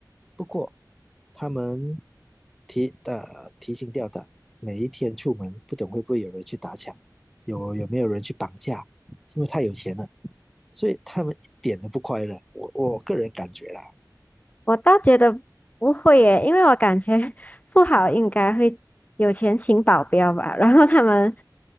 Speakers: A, in the centre; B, on the left.
A: 不过他们提的提心吊胆，每一天出门不懂会不会有人去打抢，有有没有人去绑架，因为太有钱了，所以他们一点都不快乐。我我个人感觉啦，
B: 我倒觉得不会耶，因为我感觉 <laughs> 富豪应该会有钱请保镖吧，然后他们